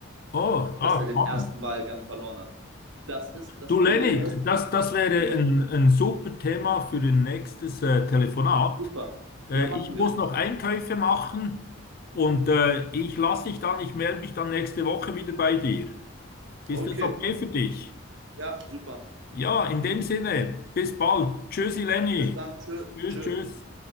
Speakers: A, on the left; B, on the right.
A: Oh, ah,
B: dass er den
A: spannend.
B: ersten Wahlgang verloren hat. Das ist, das
A: Du,
B: Problem
A: Lenny,
B: ist,
A: das, das wäre
B: Ja.
A: ein, ein super Thema für ein nächstes äh, Telefonat.
B: super.
A: Äh,
B: Ja, machen
A: ich
B: wir
A: muss
B: so.
A: noch Einkäufe machen und äh, ich lasse dich dann, ich melde mich dann nächste Woche wieder bei dir. Ist
B: Okay,
A: das okay für dich?
B: ja, super.
A: Ja, in dem Sinne, bis bald. Tschüssi, Lenny.
B: Bis dann. Tschö,
A: Tschüss,
B: tschö.
A: tschüss.